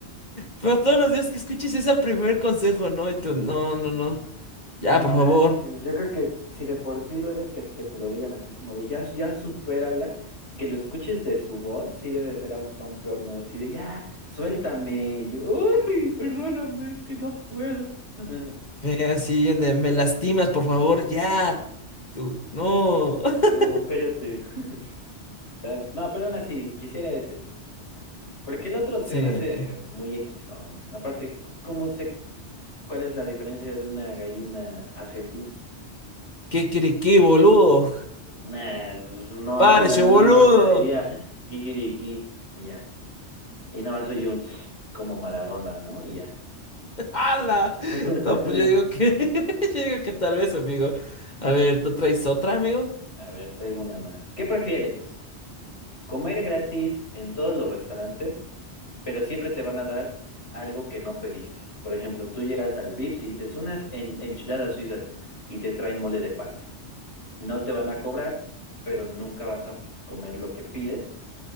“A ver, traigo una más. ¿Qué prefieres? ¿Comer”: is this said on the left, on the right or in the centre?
Left